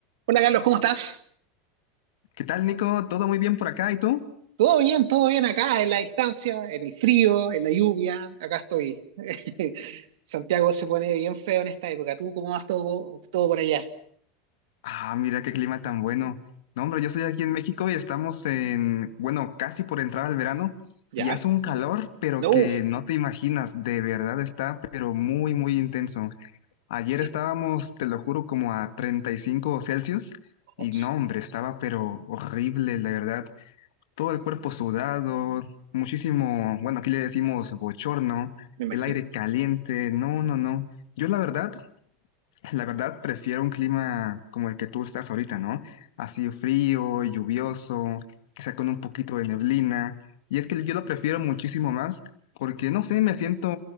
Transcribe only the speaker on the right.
Hola Carlos, ¿cómo estás?
Todo bien, todo bien acá, en la distancia, en el frío, en la lluvia, acá estoy. <laughs> Santiago se pone bien feo en esta época. ¿Tú cómo vas todo, todo por allá?
¿Ya?
No,
Uf,
qué-
ups,
me imagino.